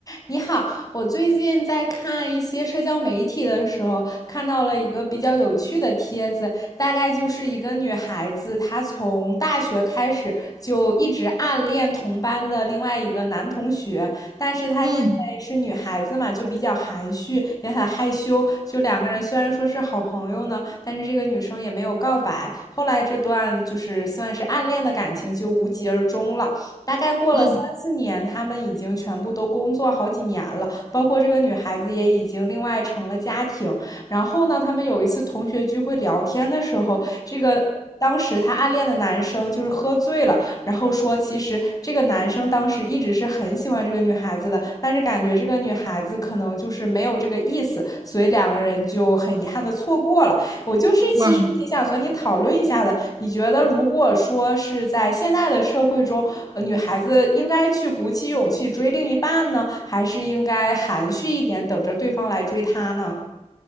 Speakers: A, on the left; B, on the right.
A: 你好，我最近在看一些社交媒体的时候，看到了一个比较有趣的帖子，大概就是一个女孩子，她从大学开始就一直暗恋同班的另外一个男同学，但是她因为是女孩子嘛，
B: 嗯
A: 就比较含蓄，也很害羞，就两个人虽然说是好朋友呢，但是这个女生也没有告白，后来这段就是算是暗恋的感情就无疾而终了。大概过了三四年，
B: 嗯，
A: 他们已经全部都工作好几年了，包括这个女孩子也已经另外成了家庭。然后呢，他们有一次同学聚会聊天的时候，这个。当时他暗恋的男生就是喝醉了，然后说其实这个男生当时一直是很喜欢这个女孩子的，但是感觉这个女孩子可能就是没有这个意思，所以两个人就很遗憾的错过了。我就是其实挺想和你讨论一下的。
B: 哇，
A: 你觉得如果说是在现代的社会中，呃，女孩子应该去鼓起勇气追另一半呢，还是应该含蓄一点，等着对方来追她呢？